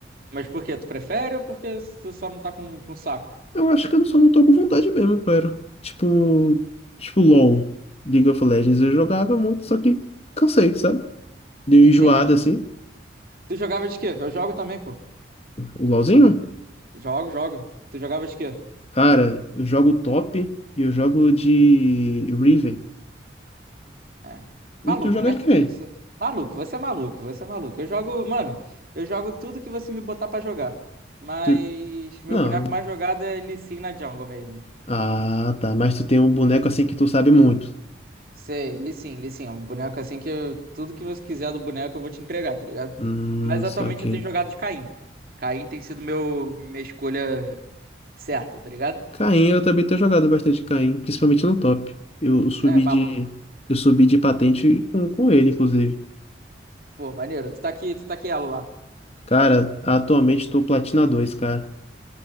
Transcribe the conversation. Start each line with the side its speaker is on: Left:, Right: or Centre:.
Right: Mas por quê? Tu prefere ou porque tu só não tá com, com saco?
Left: Eu acho que eu só não tô com vontade mesmo, cara. Tipo, tipo LoL, League of Legends, eu jogava muito, só que cansei, sabe? Dei
Right: Entendi.
Left: enjoada assim.
Right: Tu jogava de quê? Eu jogo também, pô.
Left: O LoLzinho?
Right: Jogo, jogo. Tu jogava de quê?
Left: Cara, eu jogo top e eu jogo de Riven.
Right: É. Maluco,
Left: E tu joga
Right: né?
Left: de quê?
Right: Eu sou... Maluco, você é maluco, você é maluco. Eu jogo, mano, eu jogo tudo que você me botar pra jogar. Mas
Left: Tu...
Right: meu
Left: Não.
Right: boneco mais jogado é Lee Sin na jungle mesmo.
Left: Ah, tá. Mas tu tem um boneco assim que tu sabe muito.
Right: Sei, li sim, li sim. É um boneco assim que eu- tudo que você quiser do boneco eu vou te entregar, tá ligado?
Left: Hum,
Right: Mas atualmente
Left: só que.
Right: eu tenho jogado de Caim. Caim tem sido meu, minha escolha certa, tá ligado?
Left: Caim, eu também tenho jogado bastante Caim, principalmente no top. Eu subi
Right: É, maluco.
Left: de. Eu subi de patente com, com ele, inclusive.
Right: Pô, maneiro. Tu tá aqui, tu tá aqui ela lá.
Left: Cara, atualmente tô Platina dois cara.